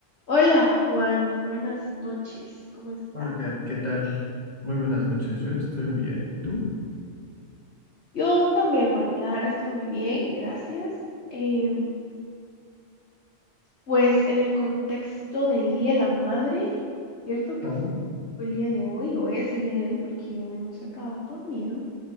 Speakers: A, on the left (about 60°); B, on the left (about 35°).
A: Hola Juani, buenas noches, ¿cómo estás?
B: Hola, Kat, ¿qué tal? Muy buenas noches, yo estoy muy bien. ¿Y tú?
A: Yo también, Juani, la verdad estoy muy bien, gracias. Em, pues en el contexto del Día de la Madre, ¿cierto? Que
B: Ah,
A: fue fue el día de hoy o es el día de hoy porque hoy no se acaba todavía.